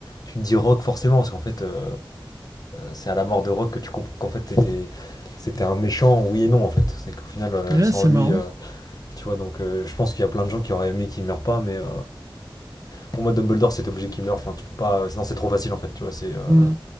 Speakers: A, on the left; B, on the right.
A: tu te dis Rock forcément, parce qu'en fait, euh, c'est à la mort de Rock que tu comprends qu'en fait, c'était... C'était un méchant, oui et non en fait. C'est qu'au final, euh,
B: Ouais,
A: sans
B: c'est
A: lui,
B: marrant.
A: euh, tu vois, donc euh, je pense qu'il y a plein de gens qui auraient aimé qu'il meure pas, mais euh, Pour moi, Dumbledore, c'est obligé qu'il meure. Enfin, tu peux pas. euh, Sinon, c'est trop facile en fait. Tu vois, c'est euh,
B: Hmm.